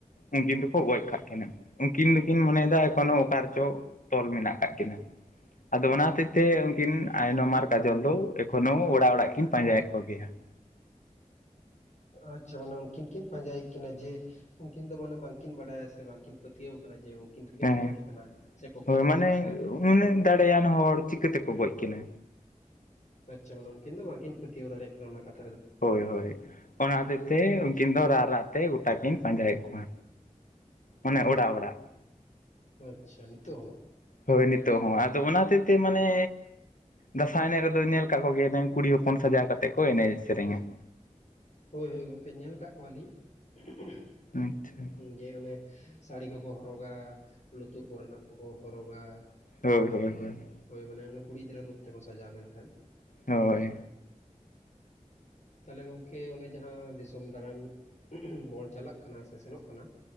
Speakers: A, on the left (about 85°); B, on the left (about 65°).
A: ᱩᱱᱠᱤᱱ ᱫᱚᱠᱚ ᱜᱚᱡ ᱠᱟᱜ ᱠᱤᱱᱟ᱾ ᱩᱱᱠᱤᱱ ᱫᱚᱠᱤᱱ ᱢᱚᱱᱮᱭᱮᱫᱟ ᱮᱠᱷᱚᱱᱳ ᱚᱠᱟ ᱨᱮ ᱪᱚ ᱛᱚᱞ ᱢᱮᱱᱟᱜ ᱟᱠᱟᱫ ᱠᱤᱱᱟᱹ ᱾ ᱟᱫᱚ ᱚᱱᱟ ᱦᱚᱛᱮᱫ ᱛᱮ ᱩᱱᱠᱤᱱ ᱟᱭᱱᱚᱢ ᱟᱨ ᱠᱟᱡᱚᱞ ᱫᱚ ᱮᱠᱷᱚᱱᱳ ᱚᱲᱟᱜ ᱚᱲᱟᱜ ᱠᱤᱱ ᱯᱟᱸᱡᱟᱭᱼᱮᱫ ᱠᱚᱜᱮᱭᱟ ᱾
B: ᱟᱪᱪᱷᱟ ᱢᱟᱱᱨ ᱩᱱᱠᱤᱱ ᱠᱤᱱ ᱯᱟᱸᱡᱟᱭᱼᱮᱫ ᱠᱤᱱᱟ ᱡᱮ ᱩᱱᱠᱤᱱ ᱫᱚ ᱢᱟᱱᱮ ᱵᱟᱝ ᱠᱤᱱ ᱵᱟᱰᱟᱭᱟ ᱥᱮ ᱵᱟᱝ ᱠᱤᱱ ᱯᱟᱹᱛᱭᱟᱹᱣ ᱟᱠᱟᱱᱟ ᱡᱮ ᱩᱱᱠᱤᱱ ᱫᱚ ᱠᱤᱱ
A: ᱦᱮᱸ
B: ᱜᱚᱡ ᱟᱠᱟᱱᱟ ᱥᱮ ᱠᱚ ᱜᱚᱡ
A: ᱦᱳᱭ
B: ᱟᱠᱟᱫ
A: ᱢᱟᱱᱮ
B: ᱠᱤᱱᱟ ᱾
A: ᱩᱱᱟᱹᱜ ᱫᱟᱲᱮᱭᱟᱱ ᱦᱚᱲ ᱪᱤᱠᱟᱹ ᱛᱮᱠᱚ ᱜᱚᱡ ᱠᱤᱱᱟᱹ᱾
B: ᱟᱪᱷᱟ ᱩᱱᱤᱱ ᱫᱚ ᱵᱟᱝᱠᱤᱱ ᱯᱟᱹᱛᱭᱟᱹᱣ ᱫᱟᱲᱭᱟᱜ ᱠᱟᱱᱟ ᱚᱱᱟ ᱠᱟᱛᱷᱟ ᱾
A: ᱦᱳᱭ ᱦᱳᱭ ᱚᱱᱟ ᱦᱚᱛᱮᱡᱛᱮ ᱩᱱᱠᱤᱱ ᱫᱚ ᱨᱟᱜᱼᱨᱟᱜ ᱛᱮ ᱜᱚᱴᱟ ᱠᱤᱱ ᱯᱟᱸᱡᱟᱭᱮᱫ ᱠᱚᱣᱟ ᱚᱱᱮ ᱚᱲᱟᱜ ᱚᱲᱟᱜ ᱾
B: ᱟᱪᱪᱷᱟ ᱱᱤᱛᱚᱜ ᱦᱚᱸ?
A: ᱦᱳᱭ ᱱᱤᱛᱚᱜ ᱦᱚᱸ ᱟᱫᱚ ᱚᱱᱟ ᱦᱚᱛᱮᱜ ᱛᱮ ᱢᱟᱱᱮ ᱫᱟᱸᱥᱟᱭ ᱮᱱᱮᱡ ᱨᱮ ᱫᱚ ᱧᱮᱞ ᱟᱠᱟᱫ ᱠᱚᱜᱮᱣᱟᱵᱮᱱ ᱠᱩᱲᱤ ᱦᱚᱯᱚᱱ ᱥᱟᱡᱟᱣ ᱠᱟᱛᱮᱫ ᱠᱚ ᱮᱱᱮᱡ ᱥᱮᱨᱮᱧᱟ ᱾
B: ᱦᱳᱭ ᱦᱳᱭ ᱜᱚᱢᱠᱮ ᱧᱮᱞ ᱠᱟᱜ ᱠᱚᱣᱟ ᱞᱤᱧ ᱾
A: ᱟᱪᱪᱷᱟ ᱾
B: ᱡᱮ ᱚᱱᱮ ᱥᱟᱲᱤ ᱠᱚᱠᱚ ᱦᱚᱨᱚᱜᱟ ᱞᱩᱛᱩᱨ ᱠᱚᱨᱮᱱᱟᱜ ᱠᱚᱠᱚ ᱦᱚᱨᱚᱜᱟ ᱾
A: ᱦᱳᱭ ᱦᱳᱭ ᱦᱳᱭ ᱾
B: ᱦᱳᱭ ᱢᱟᱱᱮ ᱚᱱᱮ ᱠᱩᱲᱤ ᱜᱤᱫᱽᱟᱹ ᱨᱩᱯ ᱛᱮᱠᱚ ᱥᱟᱡᱟᱜ-ᱟ ᱢᱮᱱᱠᱷᱟᱱ
A: ᱦᱳᱭ ᱾
B: ᱛᱟᱦᱚᱞᱮ ᱜᱚᱢᱠᱮ ᱚᱱᱮ ᱡᱟᱦᱟᱸ ᱫᱤᱥᱚᱢ ᱫᱟᱬᱟᱱ ᱵᱚᱱ ᱪᱟᱞᱟᱜ ᱠᱟᱱᱟ ᱥᱮ ᱥᱮᱱᱚᱜ ᱠᱟᱱᱟ ᱾